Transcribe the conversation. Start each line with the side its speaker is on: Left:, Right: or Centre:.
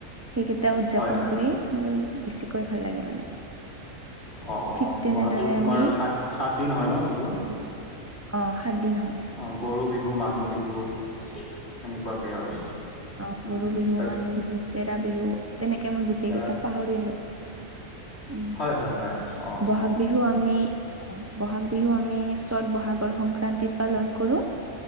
Right: সেইকেইটা উদযাপন
Left: হয় হয়
Right: কৰি মোৰ বেছিকৈ ভাল লাগে মানে।
Left: অ অ
Right: ঠিক তেনেদৰে
Left: বহাগ বিহু তোমাৰ
Right: আমি
Left: সাত সাত দিন হয় ন বিহু।
Right: অ সাত দিন হয়।
Left: অ গৰু বিহু, মানুহ বিহু সেনেকুৱাকে আৰু
Right: ও
Left: উম
Right: গৰু বিহু,
Left: তাক
Right: মানুহ বিহু, চেৰা বিহু তেনেকে মই গোটেই
Left: চেৰা
Right: কেইটা পাহৰিলো। উ
Left: হয় হয় হয় অ
Right: বহাগ
Left: অ
Right: বিহ হু আমি বহাগ বিহু আমি চত বহাগৰ সংক্ৰান্তিত পালন কৰো।